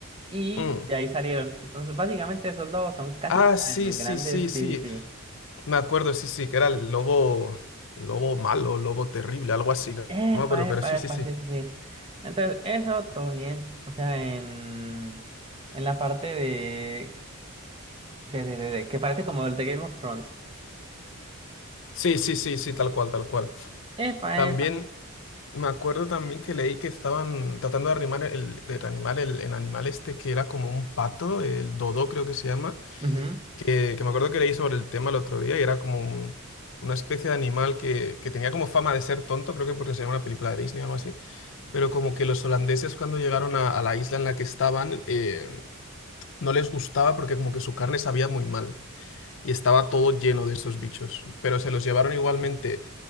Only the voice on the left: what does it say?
Mm.
Ah,
sí, sí,
sí, sí.
Me acuerdo, sí, sí, que era el lobo, el lobo malo, lobo terrible, algo así. No
no me acuerdo, pero
sí, sí,
sí.
Sí, sí, sí, sí, tal cual, tal cual.
También
me acuerdo también que leí que estaban tratando de arrimar el, de reanimar el, el animal este que era como un pato, el dodo creo que se llama,
que, que me acuerdo que leí sobre el tema el otro día y era como un- una especie de animal que, que tenía como fama de ser tonto, creo que porque sería una película de Disney o algo así, pero como que los holandeses cuando llegaron a, a la isla en la que estaban, eh, No les gustaba porque como que su carne sabía muy mal y estaba todo lleno de esos bichos. Pero se los llevaron igualmente